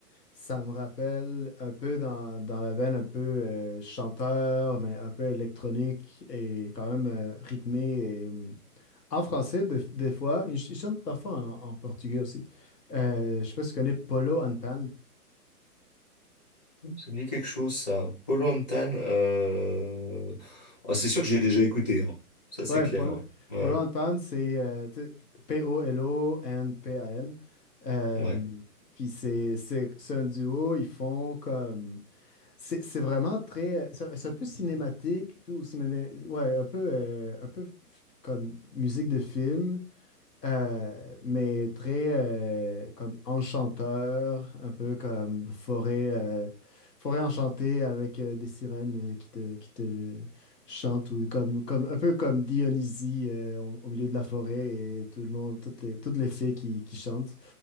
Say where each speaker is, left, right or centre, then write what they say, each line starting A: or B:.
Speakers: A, on the left; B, on the left.
A: ça me rappelle un peu dans, dans la veine un peu euh, chanteur, mais un peu électronique et quand même euh, rythmé en français, des, des fois, ils ch- ils chantent parfois en, en portugais aussi. Euh, je sais pas si tu connais Polo and Pan.
B: Ça me dit quelque chose, ça. Paul Antan, euh... ah, c'est sûr que j'ai déjà écouté, hein. Ça c'est
A: Ouais,
B: clair.
A: Polo,
B: hein. Ouais,
A: Polo and Pan, c'est euh, tu sais, P-O-L-O and P-A-N. Euh,
B: ouais.
A: puis c'est c'est- c'est un duo, ils font comme. C'est c'est vraiment très. C'est c'est un peu cinématique, puis ou ciné- ouais, un peu, euh, un peu comme musique de film. Euh, mais très euh, comme enchanteur, un peu comme forêt, euh, forêt enchantée avec euh, des sirènes euh, qui te, qui te chantent, ou comme, comme, un peu comme Dionysie euh, au, au milieu de la forêt et tout le monde, toutes les, toutes les fées qui, qui chantent.